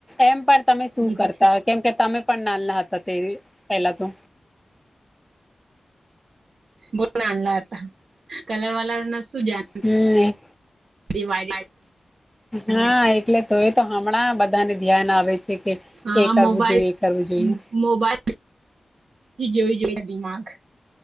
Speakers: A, in the centre; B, on the right (about 80°).
A: એમ પણ તમે શું
B: દીધી
A: કરતા
B: છે
A: કેમ કે તમે પણ નાના હતા ત્યારે પેલા તો
B: બોવ નાના હતા કલર વલર ના શું જા
A: હમ.
B: <unintelligible>
A: હા એટલે તો એ તો હમણાં બધાને ધ્યાન આવે છે કે
B: હા
A: એ કરવું
B: મોબાઈલ
A: જોઈએ એ કરવું જોઈએ.
B: મોબાઈલ <unintelligible> જોઈએ દિમાગ.